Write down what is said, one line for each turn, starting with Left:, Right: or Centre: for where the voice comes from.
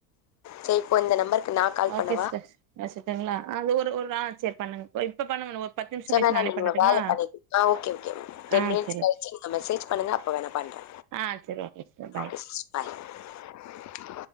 Left: சரி இப்போ இந்த நம்பருக்கு நா கால்
Right: ஓகே
Left: பண்ணவா
Right: சிஸ்டர் பேசிட்டங்ளா அது ஒரு ஒரு வேண் சரி பண்ணுங்க இப்ப பண்ணுங்க ஒரு பத்து நிமிஷ
Left: சரி
Right: கழிச்சு
Left: வேணா
Right: நானே
Left: நீங்க
Right: பண்ணட்டுங்களா
Left: வேல பண்ணிட்டு ஆ ஓகே ஓகே டென்
Right: ஆ
Left: மினிட்ஸ்
Right: சரி
Left: கழிச்சு மெசேஜ் பண்ணுங்க அப்போ வேணா பண்றே
Right: ஆ சரி okay sister bye
Left: okay sister பாய்